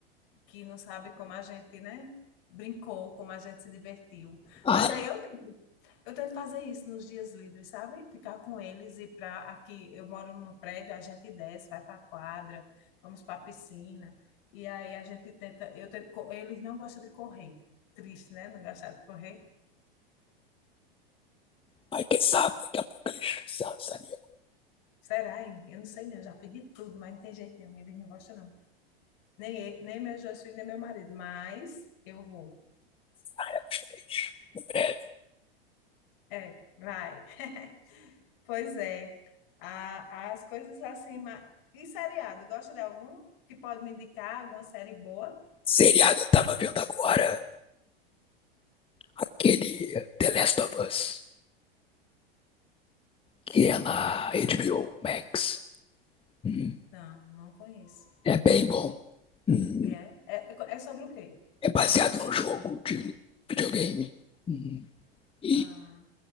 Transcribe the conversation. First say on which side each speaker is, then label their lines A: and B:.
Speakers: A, on the left; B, on the left.
A: que não sabem como a gente, né, brincou, como a gente se divertiu.
B: Ah,
A: Mas aí eu tento, eu tento fazer isso nos dias livres, sabe? Ficar com eles e para aqui eu moro no prédio, a gente desce, vai para a quadra, vamos para a piscina e aí a gente tenta, eu tento, co- eles não gostam de correr. Triste, né? Não gostar de correr.
B: Mas quem sabe, daqui a pouco eles se lançaria
A: Será, hein? Eu não sei não, eu já pedi tudo, mas não tem jeito nenhum, eles não gostam não. Nem, e- nem meus dois filhos, nem meu marido, mas eu vou.
B: com os três. Em breve.
A: É, vai. <laughs> Pois é. A- as coisas assim, ma- e seriado, gosta de algum que pode me indicar alguma série boa?
B: Seriado, eu tava vendo agora aquele The Last of Us, que é na HBO Max. Hum,
A: Não, não conheço.
B: É bem bom. Hum,
A: E é? É, é sobre o quê?
B: É baseado num jogo de videogame. Hum, E
A: Ah,